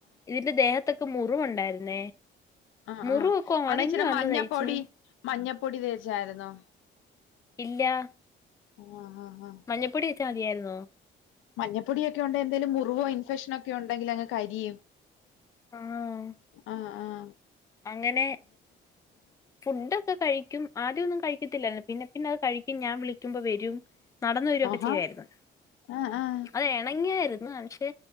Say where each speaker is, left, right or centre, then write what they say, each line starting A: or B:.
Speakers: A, on the left; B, on the left.
A: ഇതിന്റെ ദേഹത്തൊക്കെ മുറിവുണ്ടായിരുന്നേ?
B: ആഹ്,
A: മുറിവൊക്കെ
B: ആഹ്, അത്
A: ഒണങ്ങി
B: ഇച്ചരി
A: വന്നതാ
B: മഞ്ഞപ്പൊടി
A: ചേച്ചി
B: മഞ്ഞപ്പൊടി തേച്ചായിരുന്നോ?
A: ഇല്ലാ
B: ആഹ് ആഹ് ആഹ്
A: മഞ്ഞപ്പൊടിയെച്ച മതിയായിരുന്നോ
B: മഞ്ഞപ്പൊടി യൊക്കെ ഉണ്ടെങ്കിൽ എന്ദേലും മുറിവോ ഇൻഫെക്ഷനൊക്കെ ഉണ്ടെങ്കിൽ അങ് കരിയും
A: ആഹ്
B: ആഹ് ആഹ
A: അങ്ങനെ? ഫുഡൊക്കെ കഴിക്കും ആദ്യന്നും കഴിക്കത്തില്ലയിരുന്നു പിന്നെ പിന്നെ അത് കൈക്യും ഞാൻ വിളിക്കുമ്പോ വരും നടന്ന് വരു വോക്കെ
B: ആഹാ
A: ചെയ്യുവായിരു ന്നോ?
B: ആഹ് ആഹ്
A: അത് ഇണങ്ങിയായിരുന്.